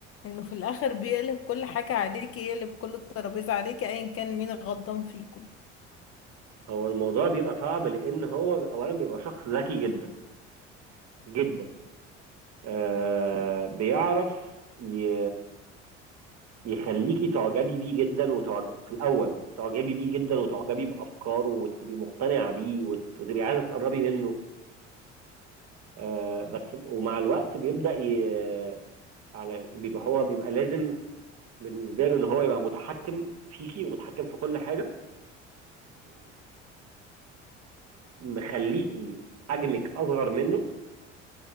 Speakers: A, on the left (about 40°); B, on the right (about 45°).
A: إنه في الآخر بيقلب كل حاجة عليكي يقلب كل الترابيزة عليكي أيا كان مين غلطان فيكم
B: هو الموضوع بيبقى صعب لان هو اولا بيبقى شخص ذكي جدا جدا آه بيعرف ي... يخليكي تعجبي بيه جدا وتعج... في الاول تعجبي بيه جدا وتعجبي بافكاره وتبقي مقتنعه بيه وت... وتبقي عايزه تقربي منه آه، بس ومع الوقت بيبدأ ي... على بيبقى هو بيبقى لازم بالنسبة له ان هو يبقى متحكم فيكي ومتحكم في كل حاجة ومخليكي حجمك اصغر منه